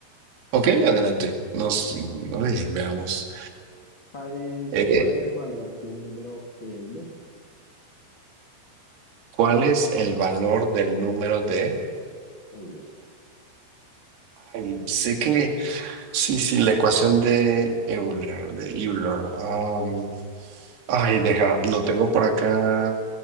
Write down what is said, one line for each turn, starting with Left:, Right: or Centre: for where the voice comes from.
Right: Ok, adelante. Nos, ay, veamos.
Left: ¿Sabes
Right: Eh,
Left: cuál
Right: eh,
Left: es el valor del número de Euler?
Right: ¿Cuál es el valor del número de...
Left: Euler.
Right: Ay, sé que... Sí, sí, la ecuación de Euler, de Euler. Am, ay, deja, lo tengo por acá.